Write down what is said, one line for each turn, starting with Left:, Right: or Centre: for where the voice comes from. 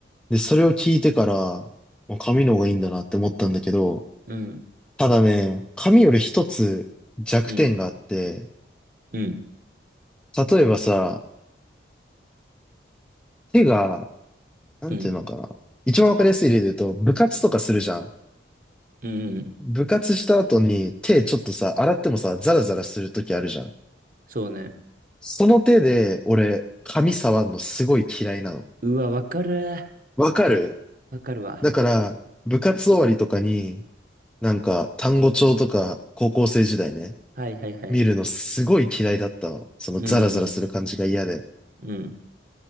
Centre: で、それを聞いてから、もう紙の方がいいんだなって思ったんだけど、
Right: うん、
Centre: ただね、紙より一つ弱点があって、
Right: うん、うん、
Centre: 例えばさ、手が、なんていうのかな。
Right: うん、
Centre: 一番わかりやすい例で言うと、部活とかするじゃん。
Right: うん、うん。
Centre: 部活した後に手ちょっとさ、洗ってもさ、ザラザラするときあるじゃん。
Right: そうね。
Centre: その手で、俺、紙触んのすごい嫌いなの。
Right: うわ、わかる。
Centre: わかる
Right: わかるわ。
Centre: だから、部活終わりとかに、なんか、単語帳とか、高校生時代ね。
Right: はいはいはい。
Centre: 見るのすごい嫌いだったの。そのザラザラする感じが嫌で。
Right: うん、うん。うん